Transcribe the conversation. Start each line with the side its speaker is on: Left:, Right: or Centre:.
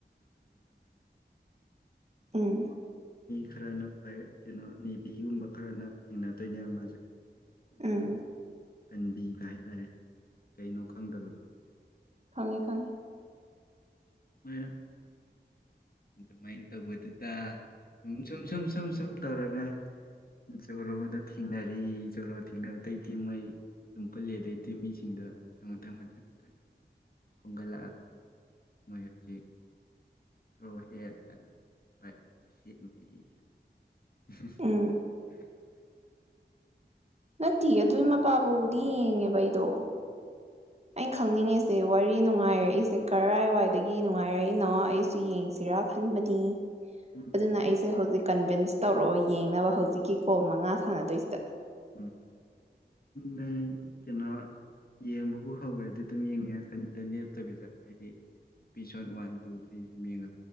Right: ꯎꯝ
Left: ꯈꯥꯥꯔꯥꯅ ꯐꯌꯦ ꯀꯦꯅꯣ ꯅꯤꯕꯤ ꯒꯨꯝꯕ ꯈꯔꯅ ꯊꯦꯡꯅꯗꯣꯏꯅꯦꯕ ꯃꯥꯁꯦ ꯑꯗꯣ
Right: ꯎꯝ
Left: ꯈꯔ ꯀꯟꯕꯤꯕ ꯍꯥꯏꯇꯥꯔꯦ ꯀꯩꯅꯣ ꯈꯪꯗꯕꯗꯣ
Right: ꯈꯪꯉꯦ-ꯈꯪꯉꯦ
Left: ꯃꯩꯔꯥ ꯑꯗꯨꯃꯥꯏ ꯇꯧꯕꯗꯨꯗ ꯁꯨꯝ-ꯁꯨꯝ-ꯁꯨꯝ-ꯁꯨꯝ ꯇꯧꯔꯒ ꯖꯣꯔꯣꯗ ꯊꯦꯡꯅꯔꯦ ꯖꯣꯔꯣ ꯊꯦꯡꯅꯕꯗꯒꯤ ꯃꯣꯏ ꯑꯗꯨꯝ ꯄꯨꯟꯂꯦ ꯑꯗꯩꯗꯤ ꯃꯤꯁꯤꯡꯗ ꯃꯊꯪ-ꯃꯊꯪꯗ ꯈꯣꯝꯒꯠꯂꯛꯑꯒ ꯃꯣꯏ ꯍꯧꯖꯤꯛ <inaudible>
Right: ꯎꯝ ꯅꯠꯇꯤꯌꯦ ꯑꯗꯨꯢ ꯃꯄꯥꯕꯨꯗꯤ ꯌꯦꯡꯉꯦꯕ ꯑꯩꯗꯣ
Left: <inaudible>
Right: ꯑꯩ ꯈꯪꯅꯤꯡꯉꯤꯁꯦ ꯋꯥꯔꯤ ꯅꯨꯡꯉꯥꯏꯔꯛꯏꯁꯦ ꯀꯔꯥꯏꯋꯥꯏꯗꯒꯤꯅꯣ ꯑꯩꯁꯨ ꯌꯦꯡꯁꯤꯔꯥ ꯈꯟꯕꯗꯤ
Left: ꯎꯝ
Right: ꯑꯗꯨꯅ ꯑꯩꯁꯦ ꯍꯧꯖꯤꯛ ꯀꯟꯚꯤꯟꯁ ꯇꯧꯔꯛꯑꯣ ꯌꯦꯡꯅꯕ ꯍꯧꯖꯤꯛꯀꯤ ꯀꯣꯜ ꯃꯉꯥ ꯁꯥꯟꯅꯗꯣꯏꯁꯤꯗ
Left: ꯎꯝ ꯅꯪ ꯀꯩꯅꯣ ꯌꯦꯡꯕꯕꯨ ꯍꯧꯒ꯭ꯔꯗꯤ ꯑꯗꯨꯝ ꯌꯦꯡꯅꯤꯡꯉꯛꯀꯅꯤꯗ ꯂꯦꯞꯇꯕꯤꯗ ꯍꯥꯏꯗꯤ ꯏꯄꯤꯁꯣꯠ ꯋꯥꯟ ꯇꯨ ꯊ꯭ꯔꯤ ꯁꯨꯝ ꯌꯦꯡꯉ